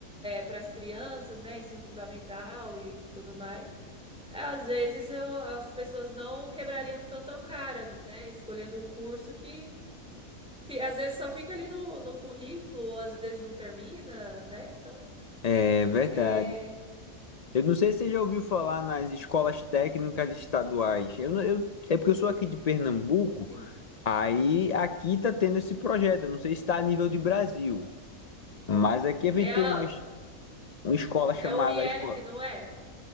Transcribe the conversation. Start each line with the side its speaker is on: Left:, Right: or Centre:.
Centre: para as crianças, né? Ensino fundamental e tudo mais. Às vezes eu- as pessoas não quebrariam tanto a cara, né? Escolhendo um curso que fi- às vezes só fica ali no, no currículo, ou às vezes não termina, né? Então,
Left: É verdade.
Centre: é.
Left: Eu não sei se você já ouviu falar nas escolas técnicas estaduais. Eu, não- eu- é porque eu sou aqui de Pernambuco,
Centre: Sim.
Left: aí aqui tá tendo esse projeto. Eu não sei se está a nível de Brasil, mas aqui a gente
Centre: É, a,
Left: tem uma, es- uma escola chamada
Centre: é o IF,
Left: escola.
Centre: não é?